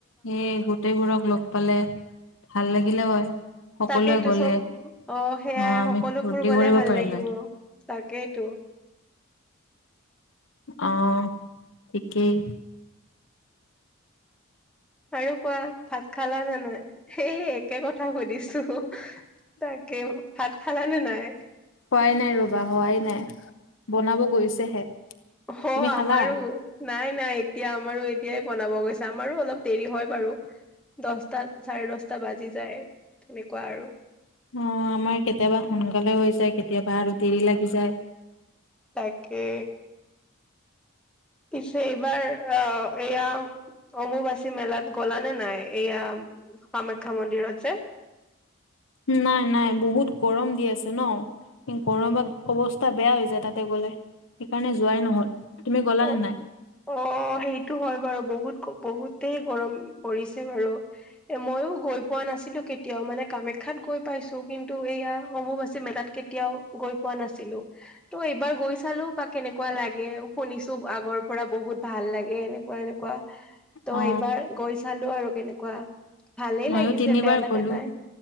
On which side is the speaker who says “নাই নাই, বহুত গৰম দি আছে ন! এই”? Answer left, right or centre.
Left